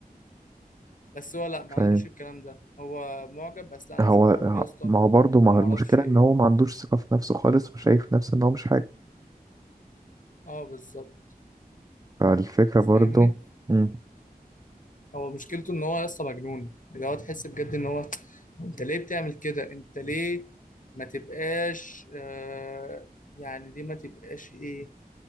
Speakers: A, on the left; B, on the right.
A: بس هو لا ما
B: فاهم
A: عندوش الكلام ده هو معجب بس لا انا
B: هو
A: مش هروح اقول يا اسطى
B: ما هو برضه ما
A: انا
B: هو
A: ما
B: المشكلة
A: اعرفش ايه.
B: ان هو ما عندوش ثقة في نفسه خالص وشايف نفسه ان هو مش حاجة
A: اه بالظبط
B: فالفكرة
A: فاهمني
B: برضه مم.
A: هو مشكلته ان هو لسه مجنون اللي هو تحس بجد ان هو انت ليه بتعمل كده انت ليه ما تبقاش آه يعني ليه ما تبقاش ايه